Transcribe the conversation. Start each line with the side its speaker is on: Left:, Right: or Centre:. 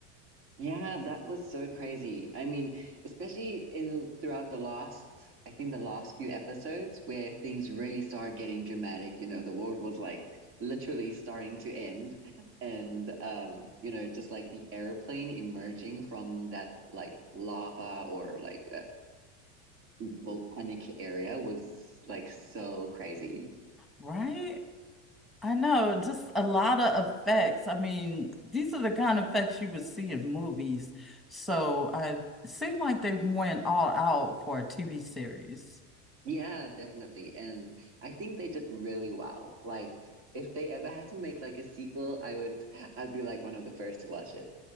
Right: Yeah, that was so crazy. I mean, especially in throughout the last, I think the last few episodes where things really started getting dramatic, you know, the world was like literally starting to end and um, you know, just like the airplane emerging from that like lava or like uh, volcanic area was like so crazy.
Centre: right? I know, just a lot of effects. I mean, these are the kind of effects you would see in movies. So, I it seemed like they went all out for a TV series.
Right: Yeah, definitely. And I think they did really well. Like if they ever had to make like a sequel, I would I'd be like one of the first to watch it.